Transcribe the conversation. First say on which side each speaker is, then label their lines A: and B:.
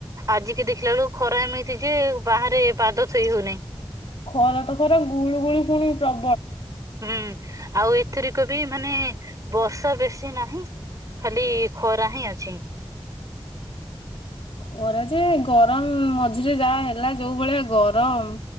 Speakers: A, on the right; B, on the left.
A: ଆଜିିକ ଦେଖିଲା ବେ ଳୁ ଖରା ମି ହେଇ ଯେ, ବାହାରେ ପାଦ ଥୋଇ ହଉନାହିଁ।
B: ଖରା ତ ଖରା, ଗୁଳୁ ଗୁଳି ପୁଣି ପ୍ର
A: ହୁଁ, ଆଉ ଏଥିର କ ବି, ମାନେ ବର୍ଷା ବେଶୀ ନାହିଁ। ଖାଲି ଖରା ହିଁ ଅଛି।
B: ଖରା ଯେ, ଗରମ ମଝିରେ ଯାହା ହେଲା। ଯୋଉ ଭଳିଆ ଗରମ।